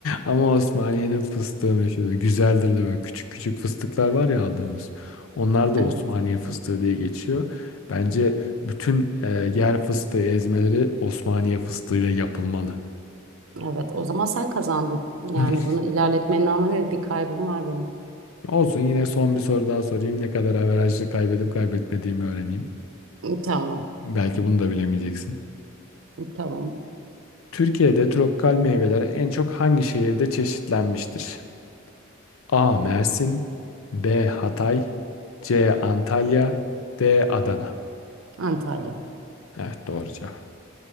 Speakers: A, on the left; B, on the right.
A: Ama Osmaniye'nin fıstığı meşhur. Güzeldir de böyle küçük küçük fıstıklar var ya aldığımız. Onlar da
B: Evet.
A: Osmaniye fıstığı diye geçiyor. Bence bütün e, yer fıstığı ezmeleri Osmaniye fıstığıyla yapılmalı.
B: Evet. O zaman sen kazandın. Yani
A: <laughs>
B: bunu ilerletmenin anlamı yok. Bir kaybım var benim.
A: Olsun yine son bir soru daha sorayım. Ne kadar averajlı kaybedip kaybetmediğimi öğreneyim.
B: Tamam.
A: Belki bunu da bilemeyeceksin.
B: Tamam.
A: Türkiye'de tropikal meyveler en çok hangi şehirde çeşitlenmiştir? A. Mersin B. Hatay C. Antalya D. Adana
B: Antalya.
A: Evet doğru cevap.